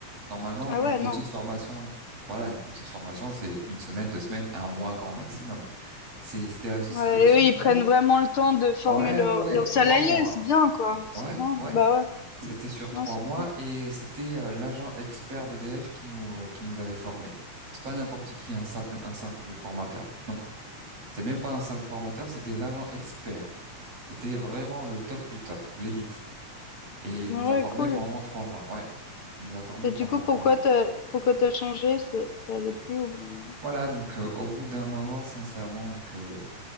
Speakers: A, on the right; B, on the left.
A: Normalement,
B: Ah
A: une
B: ouais,
A: petite
B: non.
A: formation, voilà, une petite formation, c'est une semaine, deux semaines, un mois grand maximum. C'est- C'était la- c'était
B: Ouais
A: le seul
B: et eux, ils prennent
A: travail.
B: vraiment le temps de former
A: Ouais,
B: leurs
A: ouais, ouais,
B: leurs
A: trois
B: salariés,
A: mois.
B: c'est bien quoi,
A: Mais-
B: c'est
A: Ouais,
B: bien.
A: ouais.
B: Bah ouais,
A: C'était sur trois
B: non, c'est
A: mois
B: cool.
A: et c'était euh, l'agent expert d'EDF qui nous euh, qui nous avait formés. C'était pas n'importe qui, un simple un simple formateur. Non. C'était même pas un simple formateur, c'était l'agent expert. C'était vraiment le top du top, l'élite. Et il
B: Ouais,
A: nous
B: ouais,
A: a formés
B: cool
A: pendant trois mois. Ouais, il nous a formés
B: et
A: pendant
B: du coup,
A: trois
B: pourquoi
A: mois.
B: tu pourquoi tu as changé? Ça ça allait plus au bout d'un moment?
A: Voilà, donc euh, au bout d'un moment, sincèrement, donc euh,